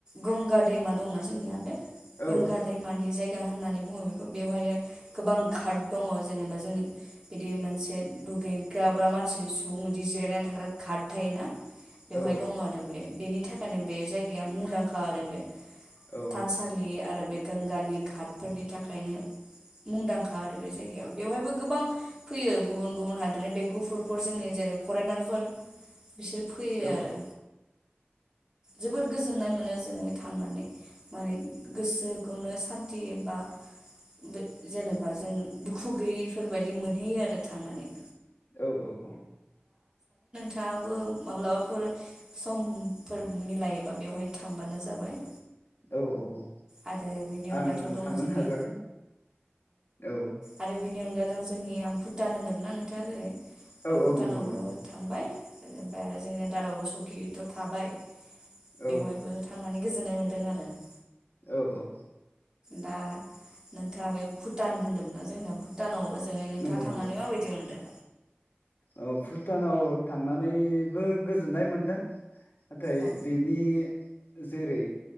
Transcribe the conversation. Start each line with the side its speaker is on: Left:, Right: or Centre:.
Right: गंगा दैमा दंना जोंनिया बे गोंगा
Left: औ
Right: दैमानि जाय गा होननानै बुङो बेखौ बेवहायनो गोबां गाट दङ जेनेबा जोंनि बिदि मोनसे दुगै ग्राब्रा मानसि सुबुं बिदि जिरायनानै थाग्रा गाट थायोना। बेवहाय
Left: औ
Right: दङ आरो बे बेनि था खायनो‌ बे जायगाया मुंदांखा आरो बे।
Left: औ
Right: थानसालि आरो बे गोंगानि गाटफोरनि थाखायनो मुंदांखा आरो बे जायगायाव बेवहायबो गोबां फैयो गुबुन - गुबुन हादोरनि बे गुफुरफोर जोंनि जेरै फरेनारफोर। बिसोर फैयो
Left: औ
Right: आरो। जोबोद गोजोननाय मोनो जोङो। थांनानै माने गोसोखौनो सान्थि एबा बे जेनेबा जों दुखु गैयैफोरबायदि मोनहैयो आरो थांनानै।
Left: औ -औ -औ।
Right: थाङाबो माब्लाबाफोर समफोर मिलायोबा बेवहाय थांबानो जाबाय।
Left: औ -औ -औ
Right: आरो बेनि अनगाथ'
Left: आं
Right: दङ
Left: थांनो
Right: जोंनि
Left: नाजागोन औ।
Right: आरो बेनि अनगा दं जोंनिया भुटान होनदोंमोन ना नों थाङा जेरै
Left: औ
Right: ओ
Left: औ
Right: भुटानावबो
Left: नंगौ नंगौ
Right: थांबाय। ओमफ्राय आरो जोंनिया दारागाव, सुकिथ' थाबाय। बेवहायबो
Left: औ
Right: थांनानै गोजोन्नाय मोनदों आरो <inaudible>
Left: औ -औ।
Right: दा नों नोंथाङा बे भुटान होनदोंमोन ना जोंनिया भुटानाव <unintelligible> नोंथाङा
Left: नंगौ
Right: थांनानै
Left: नंगौ
Right: माबायदि मोनदों?
Left: औ भुटानाव थांनानैबो गोजोननाय मोनदों। नाथाय
Right: औ
Left: बेनि जेरै